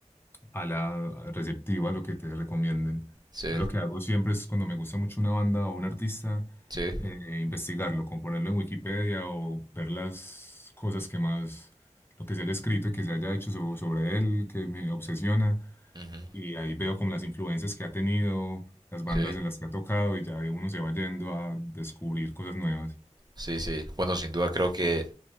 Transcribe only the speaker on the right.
sí,
sí.
ujú,
Sí,
sí, sí. Bueno, sin duda creo que